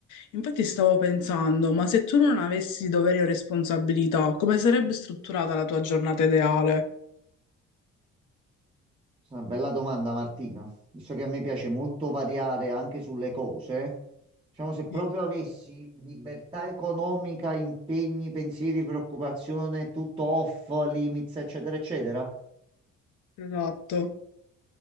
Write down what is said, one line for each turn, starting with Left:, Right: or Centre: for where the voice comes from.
Left: Infatti stavo pensando, ma se tu non avessi doveri o responsabilità, come sarebbe strutturata la tua giornata ideale?
Right: È una bella domanda, Martina. Visto che a me piace molto variare anche sulle cose, diciamo se proprio
Left: Sì,
Right: avessi libertà economica, impegni, pensieri, preoccupazione, tutto off, limits, eccetera, eccetera,
Left: esatto.